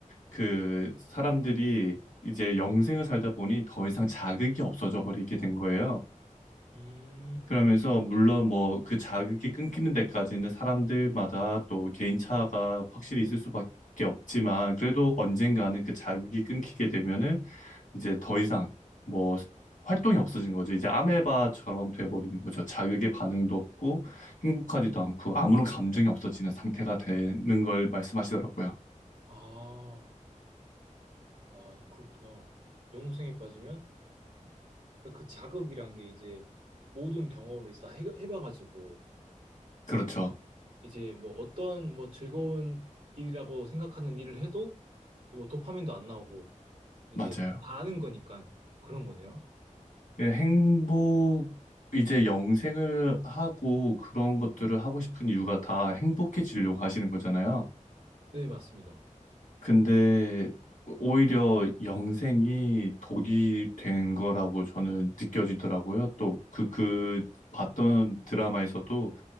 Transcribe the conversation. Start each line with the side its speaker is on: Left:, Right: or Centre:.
Left: 그 사람들이 이제 영생을 살다 보니 더 이상 자극이 없어져 버리게 된 거예요.
Right: 음,
Left: 그러면서 물론 뭐 그 자극이 끊기는 데까지는 사람들마다 또 개인차가 확실히 있을 수밖에 없지만 그래도 언젠가는 그 자극이 끊기게 되면은 이제 더 이상 뭐 활동이 없어진 거죠. 이제 아메바처럼 돼버리는 거죠. 자극의 반응도 없고 행복하지도 않고 아무런 감정이 없어지는 상태가 되는 걸 말씀하시더라고요.
Right: 아, 아, 그렇구나. 영웅생에 빠지면 그 자극이란 게 이제 모든 경험을 이제 다 해, 해봐가지고
Left: 그렇죠.
Right: 이제 뭐 어떤 뭐 즐거운 일이라고 생각하는 일을 해도 뭐 도파민도 안 나오고 이제
Left: 맞아요.
Right: 다 아는 거니까 그런 거네요.
Left: 예, 행복, 이제 영생을 하고 그런 것들을 하고 싶은 이유가 다 행복해지려고 하시는 거잖아요.
Right: 네, 맞습니다.
Left: 근데 오히려 영생이 독이 된 거라고 저는 느껴지더라고요. 또 그, 그 봤던 드라마에서도